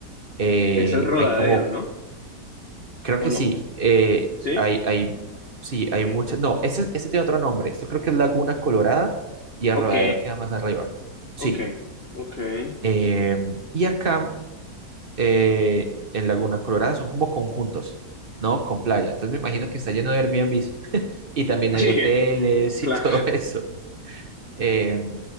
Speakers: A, on the right; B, on the left.
A: eh,
B: Que es el rodadero,
A: hay como
B: ¿no?
A: Creo
B: ¿O
A: que
B: no?
A: sí. eh,
B: ¿Sí?
A: hay, hay, sí,
B: Ok.
A: hay muchas. No, ese, ese tiene otro nombre. Esto creo que es Laguna Colorada y el
B: Ok.
A: queda más arriba. Sí.
B: Ok. Ok. <laughs>
A: eh, y acá eh, en Laguna Colorada son como conjuntos, ¿no? Con playa. Entonces me imagino que está lleno de Airbnbs y también
B: Sí,
A: hay hoteles
B: claro.
A: y <laughs> todo eso. Eh,